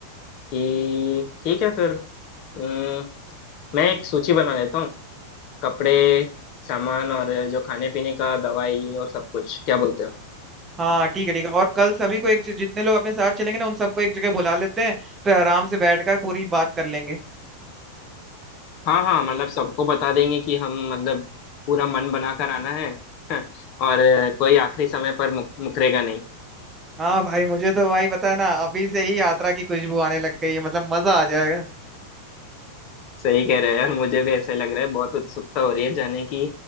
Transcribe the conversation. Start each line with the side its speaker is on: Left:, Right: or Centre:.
Left: कि ठीक है फिर अम, मैं एक सूची बना लेता हूँ कपड़े सामान और जो खाने पीने का दवाई और सब कुछ क्या बोलते हो
Right: हाँ ठीक है ठीक है और कल सभी को एक जि- जितने लोग अपने साथ चलेंगे ना उन सबको एक जगह बुला लेते हैं फिर आराम से बैठकर पूरी बात कर लेंगे
Left: हाँ हाँ मतलब सबको बता देंगे कि हम मतलब पूरा मन बनाकर आना है <laughs> और अ, कोई आखिरी समय पर मुक, मुकरेगा नहीं
Right: हाँ भाई मुझे तो भाई पता है ना अभी से ही यात्रा की खुशबू आने लग गई है मतलब मजा आ जाएगा
Left: सही कह रहे हो यार मुझे भी ऐसा ही लग रहा है बहुत उत्सुकता हो रही है जाने की